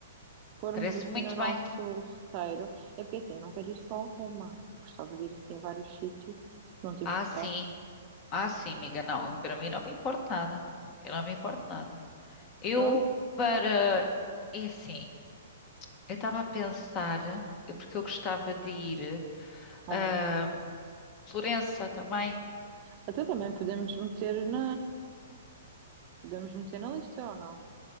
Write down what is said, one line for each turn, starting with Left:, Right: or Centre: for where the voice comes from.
Right: formos
Left: Parece
Right: assim
Left: muito
Right: no nosso
Left: bem.
Right: roteiro, é porque assim, eu não quero ir só a Roma, eu gostava de ir assim a vários sítios, se não te importares.
Left: Ah, sim, ah, sim, amiga, não, para mim não me importa nada. Eu não me importo nada. Eu,
Right: Pronto,
Left: para. É assim, eu estava a pensar, eu- porque eu gostava de ir.
Right: onde?
Left: ah, Florença também.
Right: Até também podemos meter na, podemos meter na lista ou não?